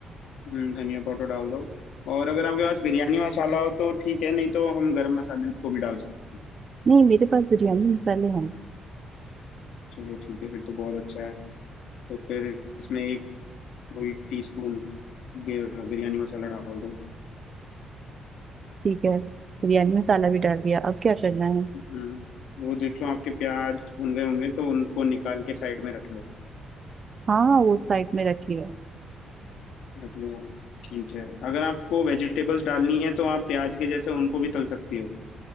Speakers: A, on the left; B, on the right.
A: हम्म, धनिया पाउडर डाल दो और अगर आपके पास बिरयानी मसाला हो तो ठीक है नहीं तो हम गरम मसाले को भी डाल सकते हैं
B: नहीं मेरे पास बिरयानी मसाले हैं
A: चलो ठीक है फिर तो बहुत अच्छा है तो फिर इसमें एक वही टी स्पून बिरयानी मसाला डाल दो
B: ठीक है बिरयानी मसाला भी डाल दिया अब क्या करना है
A: हम्म वो देख लो आपके प्याज भुन गए होंगे तो उनको निकाल के साइड में रख लो
B: हाँ वो साइड में रख लिया
A: रख लिया ठीक है अगर आपको वेजिटेबल्स डालनी है तो आप प्याज के जैसे उनको भी तल सकती हो